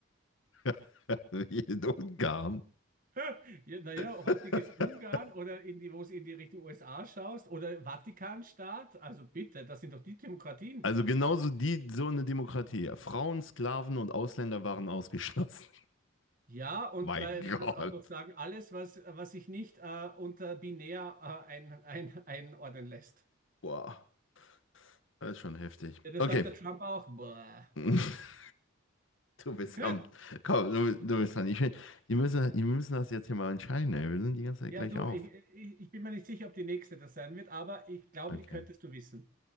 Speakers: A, on the left; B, on the right.
A: <laughs> Wie in Ungarn.
B: <laughs> Ja, naja,
A: <laughs>
B: heutiges Ungarn oder in die, wo es in die Richtung USA schaust oder Vatikanstaat. Also bitte, das sind doch die Demokratien.
A: Also genauso die, so eine Demokratie. Frauen, Sklaven und Ausländer waren ausgeschlossen. <laughs>
B: Ja, und
A: Mein
B: bei,
A: Gott.
B: du kannst du auch noch sagen, alles, was, was sich nicht äh, unter binär äh, ein, ein, einordnen lässt.
A: Wow, das ist schon heftig.
B: Ja, das
A: Okay.
B: sagt der Trump auch. Boah.
A: <laughs> Du bist
B: <laughs>
A: am. Komm, du, du bist dran. Ich will, wir müssen, wir müssen das jetzt hier mal entscheiden, ey. Wir sind die ganze Zeit
B: Ja,
A: gleich
B: du,
A: auf.
B: ich, ich, ich bin mir nicht sicher, ob die nächste das sein wird, aber ich glaube,
A: Okay.
B: die könntest du wissen.